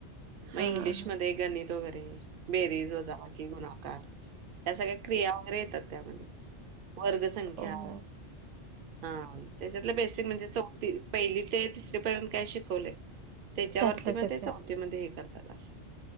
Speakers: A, on the right; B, on the right.
A: मग
B: हा
A: इंग्लिशमध्ये
B: हा
A: गणित वगैरे बेरीज, वजाबाकी, गुणाकार. ह्या सगळ्या क्रिया वगैरे येतात त्यामध्ये, वर्गसंख्या.
B: ओ
A: हा, त्याच्यातलं बेसिक म्हणजे चौथी पहिली ते तिसरी पर्यंत काय शिकवलंय त्याच्या
B: त्यातलंच
A: वरती म
B: येत
A: ते चौथीमध्ये हे करतात असं.